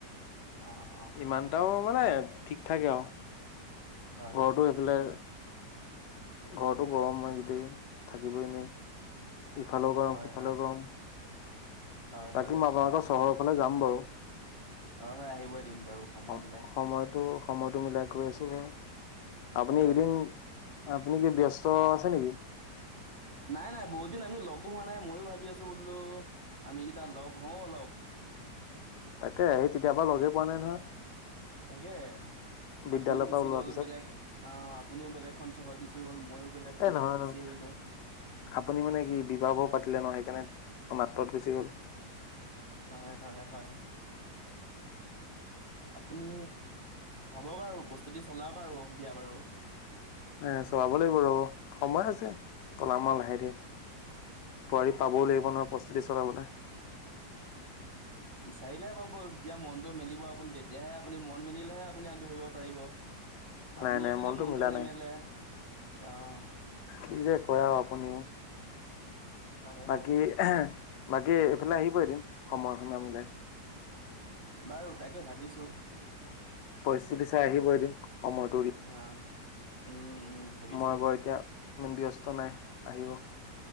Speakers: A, on the right; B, on the left.
A: অঁ।
B: ইমানটাও মানে ঠিক থাকে আও,
A: হয়, হয়,
B: ঘৰতো সেইফালে ঘৰতো গৰম হয় গোটেই থাকিবই নোৱাৰি। ইফালেও গৰম
A: হয়,
B: সিফালেও
A: হয়,
B: গৰম,
A: হয়,
B: বাকী
A: হয়,
B: আপোনা হঁতৰ চহৰৰ ফালে যাম বাৰু।
A: অ হয় আহিব এদিন বাৰু। সময়
B: সম
A: মিলাই
B: সময়টো সময়টো মিলাই গৈ আছো বাৰু, আপুনি
A: হয়,
B: এইকেইদিন
A: হয়,
B: আপুনি কি ব্যস্ত আছে নেকি?
A: নাই নাই বহুত দিন আমি লগো হোৱা নাই, মইয়ো ভাবি আছো বোলো আমি কেইটা লগ হওঁ অলপ।
B: তাকে সেই তেতিয়া পৰা লগে পোৱা নাই নহয়।
A: তাকে
B: বিদ্যালয়ৰ
A: আপুনিও গুচি
B: পৰা ওলোৱাৰ
A: গ'ল
B: পিছত
A: বেলেগ আহ আপুনিও বেলেগখন চহৰত গুচি গ'ল, মইও বেলেগখন
B: এ নহয়
A: চহৰত
B: নহয়
A: গুচি আহিলো।
B: আপুনি মানে কি বিবাহ বাৰু পাতিলে ন সেইকাৰণে অকণ আঁতৰত গুচি গ'ল।
A: হয়, হয়, হয়। আপুনি ভাবক আৰু প্ৰস্তুতি চলাওক আৰু বিয়া বাৰু।
B: এ চলাব লাগিব ৰব, সময় আছে চলাম আও লাহে ধীৰে। বোৱাৰী পাবও লাগিব নহয় প্ৰস্তুতি চলাবলে।
A: <inaudible> বিচাৰিলেহে পাব যেতিয়া মনটো মেলিব আপুনি তেতিয়াহে আপুনি মন মিলিলেহে আপুনি আগবাঢ়িব পাৰিব।
B: নাই
A: আপুনিয়ে
B: নাই
A: যদি মনটো
B: মিলা
A: নেমেলে
B: নাই
A: আহ।
B: কি যে কয় আও আপুনিও।
A: হয়,
B: বাকী
A: হয়, হয়।
B: বাকী এইফালে আহিব এদিন সময়সীমা মিলাই।
A: বাৰু তাকে ভাবিছো।
B: পৰিস্থিতি চাই আহিব এদিন সময়ত।
A: অ উম, উম। ভাবিছোঁ
B: মই বাৰু এতিয়া ইমান ব্যস্ত নাই আহিব।